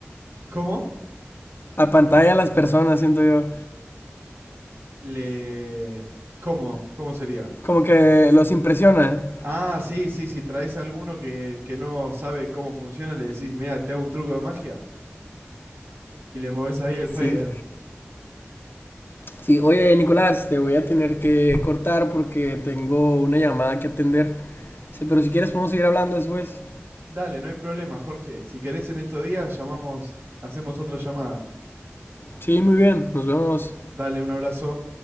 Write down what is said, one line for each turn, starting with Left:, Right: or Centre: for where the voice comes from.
Right: ¿Cómo?
Left: A pantalla las personas, siento yo.
Right: Le... ¿Cómo? ¿Cómo sería?
Left: Como que los impresiona.
Right: Ah, sí, sí, si traes a alguno que, que no sabe cómo funciona, le decís, mira, te hago un truco de magia y le movés ahí el fader.
Left: Sí. Sí, oye Nicolás, te voy a tener que cortar porque tengo una llamada que atender. Sí, pero si quieres podemos seguir hablando después.
Right: Dale, no hay problema, Jorge. Si querés en estos días, llamamos, hacemos otra llamada.
Left: Sí, muy bien, nos vemos.
Right: Dale, un abrazo.